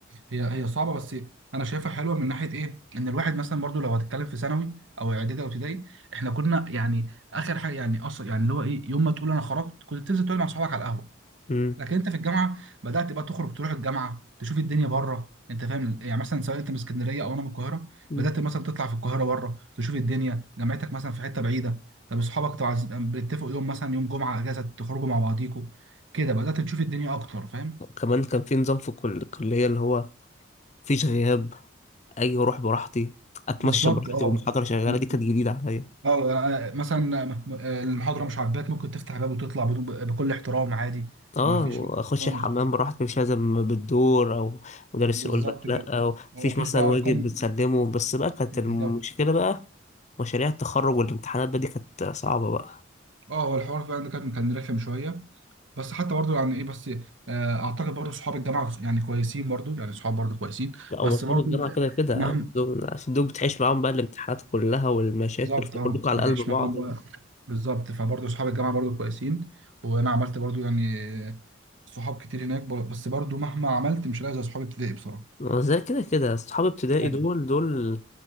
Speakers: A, on the right; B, on the left.
A: هي هي صعبه بس انا شايفها حلوه من ناحيه ايه ان الواحد مثلا برضو لو هتتكلم في ثانوي او اعدادي او ابتدائي احنا كنا يعني اخر حاجه يعني اصلا يعني اللي هو ايه يوم ما تقول انا خرجت كنت بتنزل تقعد مع اصحابك على القهوه
B: امم
A: لكن انت في الجامعه بدات بقى تخرج تروح الجامعه تشوف الدنيا بره انت فاهم يعني مثلا سواء انت من اسكندريه او انا من القاهره
B: مم.
A: بدات مثلا تطلع في القاهره بره تشوف الدنيا جامعتك مثلا في حته بعيده طب اصحابك تعز- بتتفقوا يوم مثلا يوم جمعه اجازه تخرجوا مع بعضيكوا كده بدات تشوف الدنيا اكتر فاهم
B: كمان كان في نظام في الكل- الكلية اللي هو مفيش غياب أجي أروح براحتي أتمشى
A: بالظبط
B: براحتي
A: اه
B: والمحاضرة شغالة
A: م-
B: دي كانت جديدة عليا
A: اه آه، مثلا آه، م- المحاضره مش عاجباك ممكن تفتح باب وتطلع بدون- بكل احترام عادي
B: اه
A: ما فيش
B: واخش
A: <laughs> اه
B: الحمام
A: مش
B: براحتي مش لازم بالدور او مدرس
A: بالظبط
B: يقول لك لا
A: كده
B: او
A: وما
B: مفيش
A: فيش
B: مثلا
A: بقى
B: واجب
A: ارقام
B: بتسلمه بس بقى كانت
A: بالظبط
B: المشكله بقى مشاريع التخرج والامتحانات بقى دي كانت صعبه بقى
A: اه هو الحوار فعلا ده كان كان رخم شويه بس حتى برضه يعني ايه بس آه، اعتقد برضه صحاب الجامعه يعني كويسين برضه يعني صحاب برضه كويسين
B: لا
A: بس
B: ومصحاب
A: برضه
B: الجامعه كده كده
A: مهما
B: يعني دول عشان دول بتعيش معاهم بقى الامتحانات كلها والمشاكل
A: بالظبط
B: فكلكم
A: اه
B: على
A: بتعيش
B: قلب بعض
A: معاهم بقى بالظبط فبرضه صحاب الجامعه برضه كويسين وانا عملت برضه يعني صحاب كتير هناك بر- بس برضو مهما عملت مش هلاقي زي صحاب ابتدائي بصراحه
B: زي كده كده اصحاب ابتدائي
A: ايوه
B: دول دول